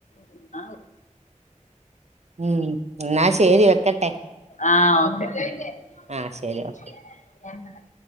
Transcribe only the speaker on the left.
<inaudible>
ആഹ് ഓക്കെ <unintelligible>